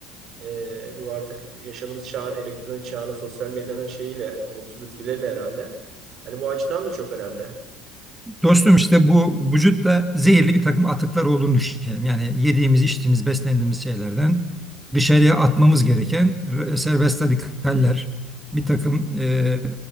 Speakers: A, on the right (about 50°); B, in the centre.
A: Ee, bu artık yaşadığımız çağın, elektronik çağının, sosyal medyanın şeyiyle, olumsuz etkileriyle herhalde. Hani bu açıdan da çok önemli.
B: Dostum işte bu vücutta zehirli bir takım atıklar olduğunu düşünelim. Yani yediğimiz, içtiğimiz, beslendiğimiz şeylerden dışarıya atmamız gereken r- serbest radikaller, bir takım e,